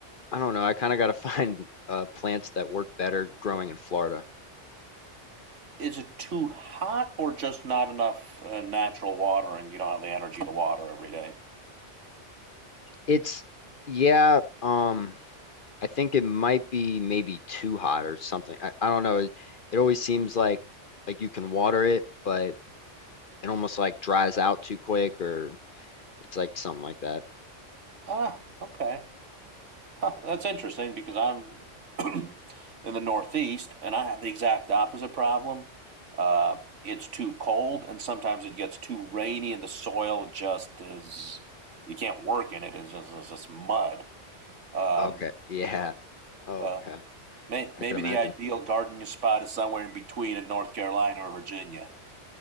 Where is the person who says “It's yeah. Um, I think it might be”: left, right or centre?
Left